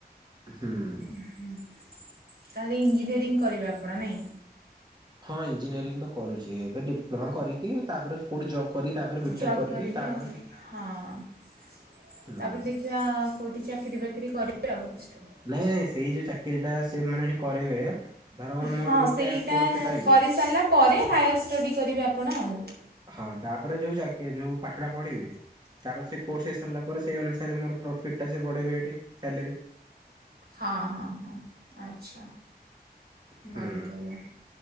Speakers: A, on the right; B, on the right.
A: ହୁଁ।
B: ତାହେଲେ ଇଞ୍ଜିନିୟରିଂ କରିବେ ଆପଣ ନାଇଁ?
A: ହଁ ଇଞ୍ଜିନିୟରିଂ ତ କରୁଛି, ଏବେ ଡିପ୍ଲୋମା କରିକି ତାପରେ କୋଉଠି ଜବ୍ କରିକି ତାପରେ ବିଟେକ୍
B: ଜବ
A: କରିବି
B: କରିବେ
A: ତାପରେ
B: ଆଉ, ହଁ ତାପରେ
A: ହୁଁ
B: ଦେ କିିବା କୋଉଠି ଚାକିରି ବାକିରି କରିବେ ଆଉ ବିଷ୍ଟୁଁ।
A: ନାଇଁ ନାଇଁ ସେଇ ଯୋଉ ଚାକିରି ଟା ସେ ମାନେ ଏଠି କରେଇବେ ଧରକର ମୁଁ
B: ହଁ
A: ଏଠି ଗୋଟେ
B: ସେଇଟା
A: ପୋଷ୍ଟ ପାଇଲି
B: କରିସାରିଲା ପରେ ହାୟର୍ ଷ୍ଟଡ଼ି କରିବେ ଆପଣ ଆଉ।
A: ହଁ ତାପରେ ଯୋଉ ଚାକରି ଯୋଉ ପାଠଟା ପଢିବି। ତାପରେ ସେ କୋର୍ସ ହେଇସାରିଲା ପରେ ସେଇ ଅନୁସାରେ ମୋର ପ୍ରଫିଟ୍ ଟା ସେ ବଢ଼େଇବେ ଏଇଠି ସାଲେରି।
B: ହଁ-ହଁ-ହଁ ଆଚ୍ଛା
A: ହୁଁ।
B: ଭଲ ଭଲ।